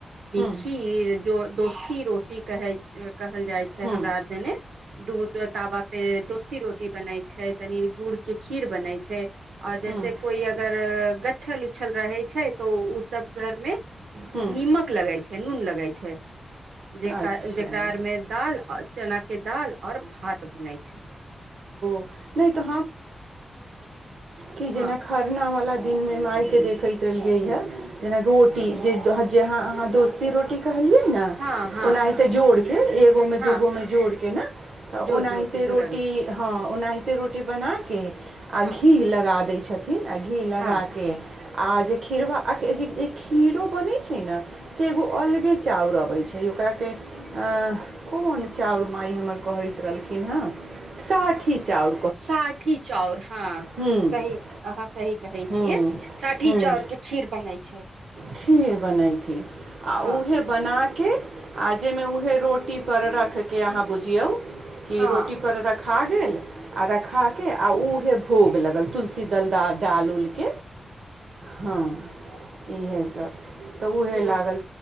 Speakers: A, on the right; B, on the right.
A: हुँ
B: खीर जो दोस्ती रोटी कहै कहल जाइ छै
A: हुँ
B: हमरा आर देन दूध तावा पे दोस्ती रोटी बनै छै तनी गुड़ के खीर बनै छ आओर
A: हूँ
B: जैसे कोई अगर ग्छल उच्छल रहे छै तो ओ सब घर में
A: हूँ
B: नीमक लगै छै नून लगै छै जेक
A: अच्छा
B: जेकरा आर में दालि चना के दाल और भात बनाय छ
A: त क
B: हँ
A: खरना वालला दिनमे आइके देखैत रहलियै हँ जेना रोटी ज जे ह अहाँ दोस्ती रोटी कहलियै न
B: हँ हँ
A: ओनाहिते जोड़के एगो मे
B: हँ
A: दूगो मे जोड़के ने त
B: जोर
A: ओनाहिते
B: जोर के जोरा
A: रोटी हँ ओनाहिते रोटी बनाके आ
B: हँ
A: घी लगा दै छथि न अ घी लगााक
B: हँ
A: आ जे खीरवा खीरो बनैत छै ने से एगो अलगे चाउर अबैत छ ई ओकराके आँ कोन चाउर मााय हमर कहैत रहलखिन ह सठी चाउ
B: साठी चाउर हँ
A: ह्म
B: सही अहाँ सही कहै
A: ह्म
B: छिय साठी
A: ह्म
B: चाउर के खीर बनै छ
A: खीर बनाई आ
B: हँ
A: उहे बनाके आ जाहिमे उएहे रोटी पर राखके अहाँ बुझिय कि
B: हँ
A: रोटी पर रखा गेल आ रखा कऽ आ उएह भोग लगल तुलसी दल डाल उलक हँ इएहसभ तऽ उएह
B: खीरो
A: लागल